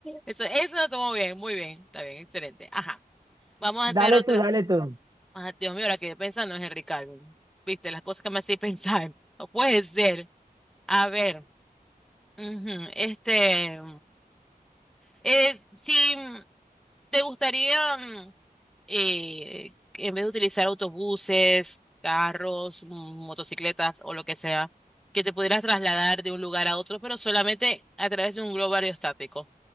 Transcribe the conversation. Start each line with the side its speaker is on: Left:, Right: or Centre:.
Centre: Eso, eso lo tomo bien, muy bien, está bien, excelente. Ajá. Vamos a hacer
Right: Dale
Centre: otra.
Right: tú, dale tú.
Centre: Ah, Dios mío, ahora que pensando es Henry Calvin. Viste, las cosas que me hacéis <laughs> pensar. No puede ser. A ver, ujú, este, eh, si te gustaría, mm, eh, en vez de utilizar autobuses, carros, mm, motocicletas o lo que sea, que te pudieras trasladar de un lugar a otro, pero solamente a través de un globo aerostático.